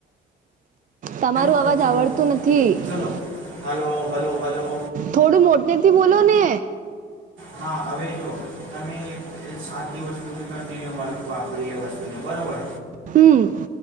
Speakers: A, on the right; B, on the right.
A: તમારું
B: કવ
A: અવાજ
B: છું
A: આવડતું નથી
B: ચલો હલો હલો હલો
A: થોડું મોટેથી બોલો ને
B: હા હવે જો તમે એક સાત દિવસ સુધી કન્ટિન્યુ વાપરી એ વસ્તુને બરોબર
A: હમ